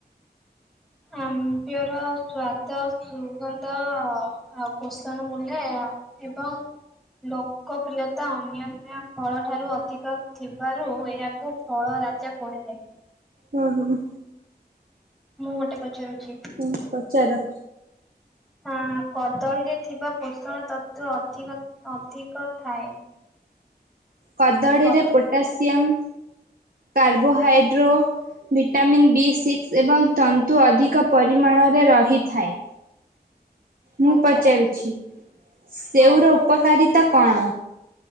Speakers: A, in the centre; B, on the right.
A: ଆମ୍ୱେର ସ୍ୱାଦ ସୁଗନ୍ଧ ଆଉ ପୋଷଣ ମୂଲ୍ୟ ଅ ଏବଂ ଲୋକପ୍ରିୟତା ଅନ୍ୟାନ୍ୟ ଫଳ ଠାରୁ ଅଧିକ ଥିବାରୁ ଏହାକୁ ଫଳ ରାଜା କୁହାଯାଏ।
B: ହୁଁ
A: ମୁଁ ଗୋଟେ ପଚାରୁଚି।
B: ହୁଁ ପଚାର।
A: ହଁ କଦଳୀରେ ଥିବା ପୋଷଣ ତତ୍ଵ ଅଧିକ ଅଧିକ ଥାଏ।
B: କଦଳୀରେ
A: କଦ
B: potassium carbohydrate vitamin B six ଏବଂ ତନ୍ତୁ ଅଧିକ ପରିମାଣରେ ରହିଥାଏ। ମୁଁ
A: ଆଚ୍ଛା
B: ପଚାରୁଛି ସେଉର
A: ହଁ
B: ଉପକାରିତା କଣ?